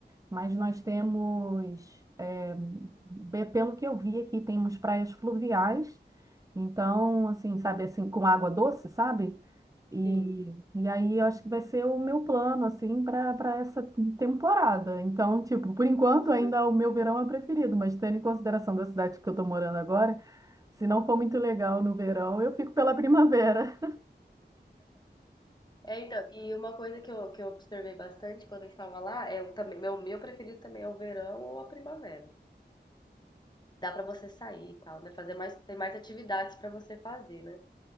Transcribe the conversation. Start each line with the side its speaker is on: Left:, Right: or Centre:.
Right: mas nós temos, eh, é, be- pelo que eu vi aqui, temos praias fluviais. Então, assim, sabe, assim, com água doce, sabe? E,
Left: Sim.
Right: e aí eu acho que vai ser o meu plano, assim, para para essa temporada. Então, tipo, por enquanto
Left: Uhum.
Right: ainda o meu verão é preferido, mas tendo em consideração da cidade que eu tô morando agora, se não for muito legal no verão, eu fico pela primavera.
Left: É, então, e uma coisa que eu, que eu observei bastante quando eu estava lá é o também meu meu preferido também é o verão ou a primavera. Dá pra você sair e tal, né? Fazer mais tem mais atividades pra você fazer, né?